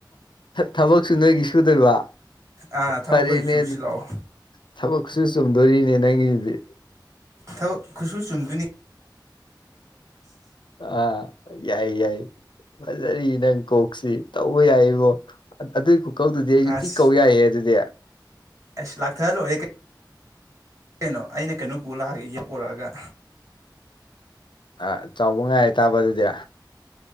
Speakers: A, on the left (about 75°); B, on the right (about 40°).
A: ꯊꯕꯛ <unintelligible> ꯑꯗꯨꯁꯨ ꯅꯣꯏꯒꯤ ꯁꯨꯗꯣꯏꯕ
B: ꯑꯥ ꯊꯕꯛ
A: ꯐꯔꯦꯅꯦ
B: ꯑꯩꯈꯣꯏ ꯁꯨꯁꯤ ꯂꯥꯛꯑꯣ
A: ꯊꯕꯛꯁꯨ ꯆꯨꯝꯗꯣꯔꯤꯅꯦ ꯅꯪꯒꯤꯁꯤꯗꯤ
B: ꯊꯕꯛ ꯈꯨꯠꯁꯨ ꯆꯨꯝꯗꯨꯣꯏꯅꯤ
A: ꯑꯥ ꯌꯥꯏ ꯌꯥꯏ ꯐꯖꯔꯤ ꯅꯪ ꯀꯣꯛꯁꯤ ꯇꯧꯕ ꯌꯥꯏ ꯏꯕꯣ ꯑꯗꯨꯏ ꯈꯨꯀꯧꯗꯨꯗꯤ ꯑꯩꯁꯨ
B: ꯑꯁ
A: ꯊꯤ ꯀꯧ ꯌꯥꯏꯍꯦ ꯑꯗꯨꯗꯤ
B: ꯑꯁ ꯂꯥꯛꯊꯔꯥ ꯂꯣꯏꯔꯦ ꯀꯩꯅꯣ ꯑꯩꯅ ꯀꯩꯅꯣꯝ ꯄꯨꯔ ꯂꯛꯑꯒ ꯌꯦ ꯄꯨꯣꯔꯛꯑ <unintelligible> ꯒ
A: ꯑꯥ ꯆꯥꯎꯕ ꯉꯥꯏ ꯇꯥꯕ ꯑꯗꯨꯗꯤ